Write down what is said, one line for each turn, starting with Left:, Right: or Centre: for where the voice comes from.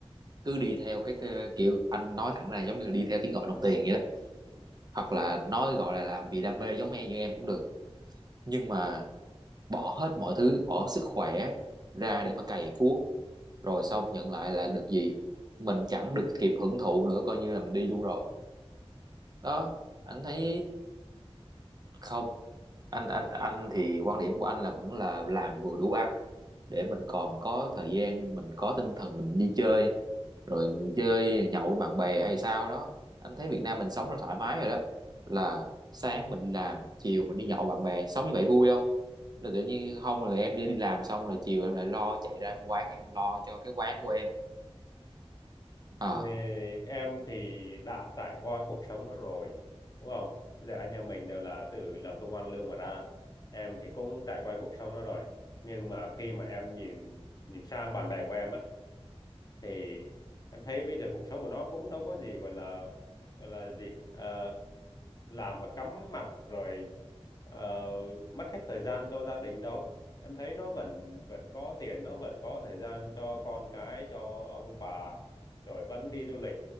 Right: cứ đi theo cái t- kiểu anh nói thẳng ra giống như là đi theo tiếng gọi đồng tiền vậy đó
Left: ừ.
Right: hoặc là nói gọi là làm vì đam mê giống em như em cũng được nhưng mà bỏ hết mọi thứ bỏ sức khỏe ra để mà cày cuốc rồi xong nhận lại là được gì mình chẳng được kịp hưởng thụ nữa coi như là mình đi luôn rồi đó anh thấy không anh anh anh thì quan điểm của anh là vẫn là làm vừa đủ ăn để mình còn có thời gian mình có tinh thần mình đi chơi rồi mình chơi nhậu với bạn bè hay sao đó anh thấy Việt Nam mình sống là thoải mái rồi đó là sáng mình đi làm chiều mình đi nhậu với bạn bè sống như vậy vui không rồi tự nhiên không rồi em đi làm xong rồi chiều em lại lo chạy ra em quán em lo cho cái quán của em à
Left: Ờ, em thì đã trải qua cuộc sống đó rồi đúng không bây giờ anh em mình đều là từ làm công ăn lương mà ra em thì cũng trải qua cuộc sống đó rồi nhưng mà khi mà em nhìn nhìn sang bạn bè của em á thì em thấy bây giờ cuộc sống của nó cũng đâu có gì gọi là gọi là gì Ờ, làm mà cắm mặt rồi ờ, mất hết thời gian cho gia đình đâu em thấy nó vẫn vẫn có tiền nó vẫn có thời gian cho con cái cho ông bà rồi vẫn đi du lịch